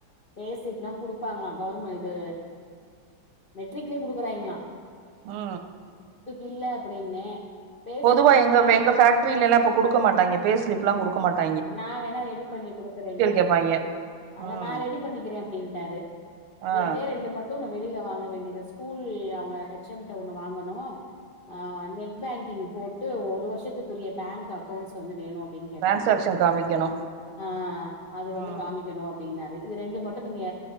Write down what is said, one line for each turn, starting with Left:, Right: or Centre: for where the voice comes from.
Left: பே சிலிப் ல்லா குடுப்பாங்களா கவர்மெண்ட் இது மெட்ரிக்லே குடுக்குறாயங்களா
Right: ஆ
Left: இல்ல அப்டின்னே பே
Right: பொதுவா
Left: ஸ்லிப்லனா
Right: எங்க
Left: நானு
Right: எங்க பேக்ட்ரியிலல எல்லா இப்ப குடுக்க மாட்டாங்கே பே ஸ்லிப் ளா குடுக்க மாட்டாங்கே
Left: நா வேணா ரெடி பண்ணி குடுக்குறேன்ட்டாரு
Right: கேப்பாய்ங்க
Left: அத
Right: ம்
Left: நா ரெடி பண்ணிக்கிறே அப்டின்ட்டாரு
Right: ஆ
Left: ரெண்டே ரெண்டு மட்டு வெளியில வாங்க வேண்டியது ஸ்கூல் அவுங்க ஹெச் எம் ஒண்ணு வாங்கனு ஆ நெட் பேங்கிங் போட்டு ஒரு வருஷத்துக்குரிய பேங்க் அக்கௌண்ட்ஸ் வந்து வேணு அப்டின்னு கேட்டாரு
Right: டிரான்சாக்ஷன் காமிக்கணு
Left: ஆ அது வந்து
Right: ம்
Left: காமிக்கணு அப்டின்னாரே இது ரெண்டு மட்டு நீங்க